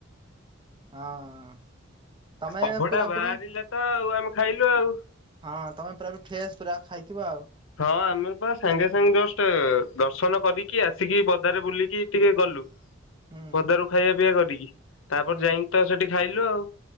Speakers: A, on the right; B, on the left.
A: ହଁ। ତମେ
B: ଅଭଡା
A: ପୁରାପୁରି
B: ବାହାରିଲା ତ ଆଉ ଆମେ ଖାଇଲୁ ଆଉ।
A: ହଁ, ତମେ ପୁରା ପୁରି ଫ୍ରେଶ ପୁରା ଖାଇଥିବ ଆଉ।
B: ହଁ ଆମେ ତ ସାଙ୍ଗେ ସାଙ୍ଗେ ଜଷ୍ଟ ଦର୍ଶନ କରିକି ଆସିକି ପଦାରେ ବୁଲିକି ଟିକେ ଗଲୁ
A: ହୁଁ
B: ପଦାରୁ ଖାଇବା ପିଇବା କରିକି ତାପରେ
A: ହୁଁ
B: ଯାଇକି ତ ସେଠି ଖାଇଲୁ ଆଉ।